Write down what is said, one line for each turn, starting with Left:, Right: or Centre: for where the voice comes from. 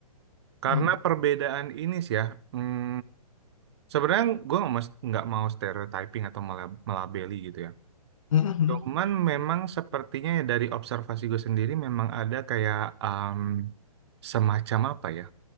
Right: Karena
Left: Hmm.
Right: perbedaan ini sih ya. hmm, Sebenarnya gue nggak mas- nggak mau stereotyping atau mela- melabeli gitu ya.
Left: Hmm, hmm,
Right: Cuman
Left: hmm.
Right: memang sepertinya ya dari observasi gue sendiri memang ada kayak em, semacam apa ya